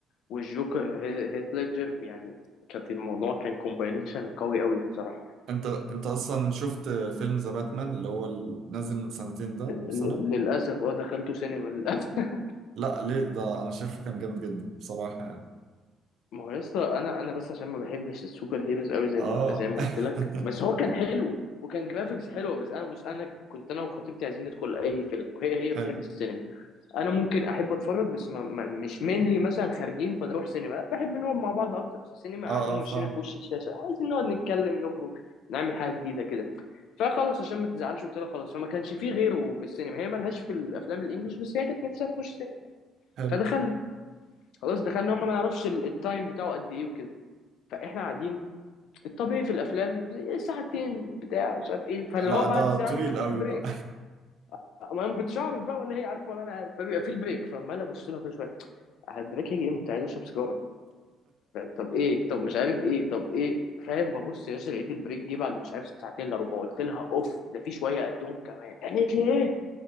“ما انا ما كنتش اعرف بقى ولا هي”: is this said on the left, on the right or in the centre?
Left